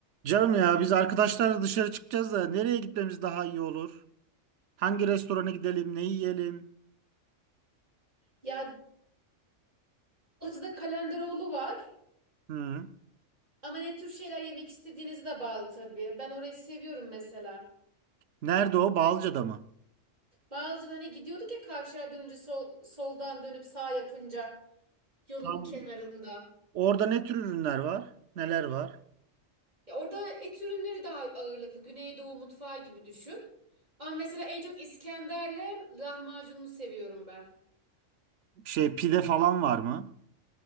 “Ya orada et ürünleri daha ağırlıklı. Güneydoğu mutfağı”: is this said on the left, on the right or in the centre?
Right